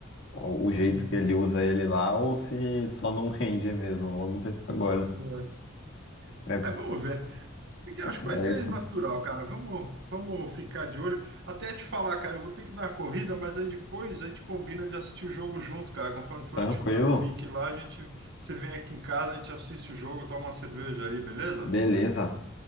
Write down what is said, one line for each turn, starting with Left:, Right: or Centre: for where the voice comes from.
Left: o, o jeito
Right: Uhum,
Left: que ele usa ele lá, ou se só não <laughs> rende mesmo. Vamos ver agora.
Right: é.
Left: É,
Right: Mas vamos ver. Porque
Left: tá
Right: eu acho
Left: certo.
Right: que vai ser natural, cara. Vamos, vamos ficar de olho. Até te falar, cara, eu vou ter que dar uma corrida, mas aí depois a gente combina de assistir o jogo junto, cara. Conforme for,
Left: Tranquilo?
Right: eu te mando o link lá, a gente, você vem aqui em casa, a gente assiste o jogo, toma uma cerveja aí, beleza?
Left: Beleza.